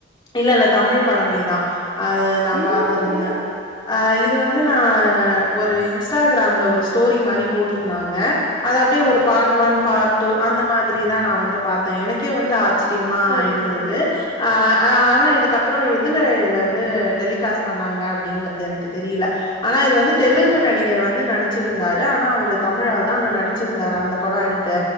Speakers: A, on the left (about 25°); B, on the right (about 60°).
A: இல்லல்ல தமிழ் படமேதா, அது நா
B: எதுல
A: பாத்திருந்த
B: இருக்கு
A: அ இது வந்து நா ஒரு இன்ஸ்டாகிராம்ல ஒரு ஸ்டோரி மாரி போட்டுருந்தாங்க அது அப்டியே
B: okay
A: ஒரு part
B: okay
A: one part two அந்த மாதிரிதா நா வந்து பாத்தே எனக்கே வந்து ஆச் சிரியமா
B: சரி
A: இருந்தது
B: சரி
A: ஆ அ ஆனா இதுக்கப்பறோ எதுல இதுல வந்து டெலிகாஸ்ட் பண்ணாங்க அப்டிங்கறது எனக்கு தெரில ஆனா இது வந்து தெலுகு
B: சரி
A: நடிகர் வந்து நடிச் சிருந்தாரு ஆனா அவர் தமிழ் ஆளுதா ஆனா நடிச்சிருந்தாரு அந்த படோ எனக்கு